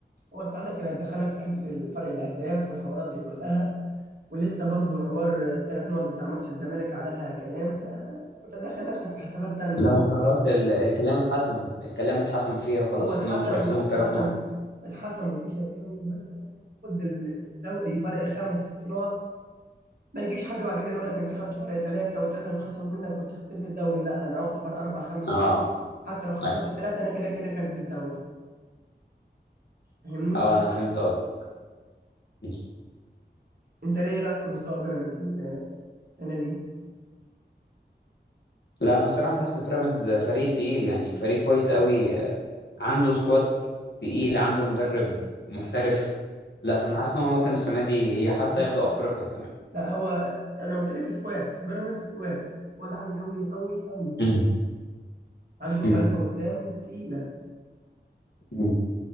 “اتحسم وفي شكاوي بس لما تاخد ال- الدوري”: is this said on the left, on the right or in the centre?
Right